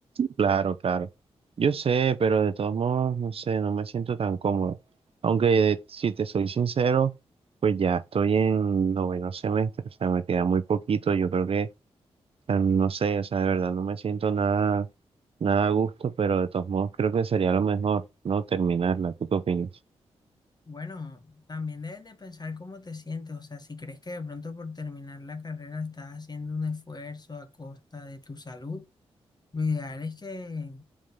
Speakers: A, on the right; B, on the left.
A: Claro, claro. Yo sé, pero de todos modos, no sé, no me siento tan cómodo. Aunque eh, si te soy sincero, pues ya estoy en noveno semestre, o sea, me queda muy poquito. Yo creo que, o sea, no sé, o sea, de verdad no me siento nada, nada a gusto, pero de todos modos creo que sería lo mejor, ¿no? Terminarla. ¿Tú qué opinas?
B: Bueno, también debes de pensar cómo te sientes, o sea, si crees que de pronto por terminar la carrera estás haciendo un esfuerzo a costa de tu salud, lo ideal es que